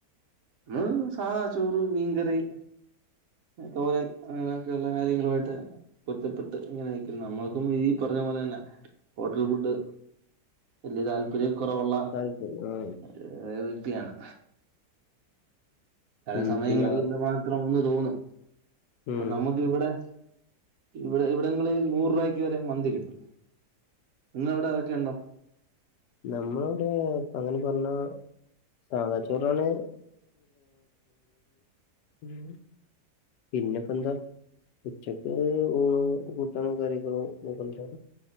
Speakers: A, on the right; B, on the left.
A: നമ്മ സാദാ ചോറ് മീൻകറി. തോരൻ അങ്ങനെയൊക്കെയുള്ള കാര്യങ്ങളുമായിട്ട് <unintelligible> ഇങ്ങനെരിക്കന്ന് നമ്മൾക്കും ഈ പറഞ്ഞ പോലെ തന്നെ ഹോട്ടൽ ഫുഡ് വലിയ താല്പര്യം കുറവുള്ള
B: താൽപ്പ ആ
A: ആഹ് വ്യക്തിയാണ് പല
B: ഉം
A: സമയങ്ങളിൽ
B: പിന്നെ
A: മാത്രം ഒന്ന് തോന്നും അപ്പൊ
B: ഉം
A: നമുക്ക് ഇവടെ ഇവിടെ ഇവിടങ്ങളിൽ നൂറ് രൂപയ്ക്ക് വരെ മന്തി കിട്ടും. ന്നവ്ടെ അതൊക്കെണ്ടോ?
B: നമ്മളിവിടെ അങ്ങനെ പറഞ്ഞ സാധാച്ചോറാണെ <unintelligible> പിന്നിപ്പെന്താ ഉച്ചക്ക് ഊണും കൂട്ടാനും കറികളും നിർബന്ധാ